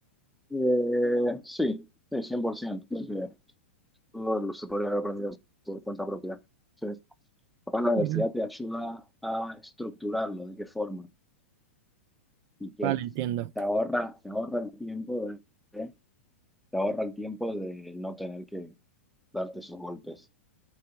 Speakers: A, in the centre; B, on the right.
A: Eh, sí, sí, 100%. Creo que Todo lo se podría haber aprendido por cuenta propia. sí. Capaz la
B: Mira.
A: universidad te ayuda a estructurarlo, de qué forma y qué.
B: Vale, entiendo.
A: Te ahorra, te ahorra el tiempo de, de- te ahorra el tiempo de no tener que darte esos golpes.